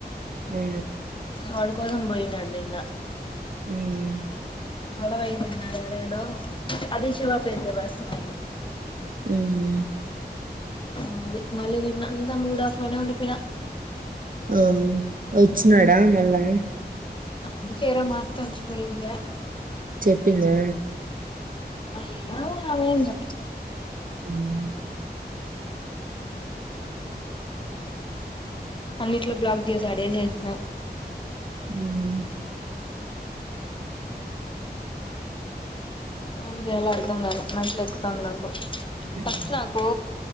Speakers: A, on the right; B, on the left.
A: హూ
B: వాడు కోసం పోయిండాడ్ నిన్న
A: హూ హు
B: గొడవయింది నిన ఆడెఎడో అది శివాపేత్రి బస్స్ మైరు
A: హు హు
B: మలి మళ్లి నిన్నంతా మూడ్ ఆఫ్ లోనే ఉండిపోయిన.
A: హో వచ్చినాడా మళ్ళా
B: అందుకే ఈరో మత్త వచ్చి పోయిందే.
A: చెప్పిందా
B: అడిగిన ఆమె ఏం చెప్పాద్
A: ఉహ్మ్
B: అన్నిట్లో బ్లాక్ చేసాడే అడే చేస్నా
A: ఉహ్
B: ఏమి చేయలో అర్థం కాలే మెంటలెక్కుతంది. నాకు
A: హ్మ్.
B: ఫస్ట్నాకో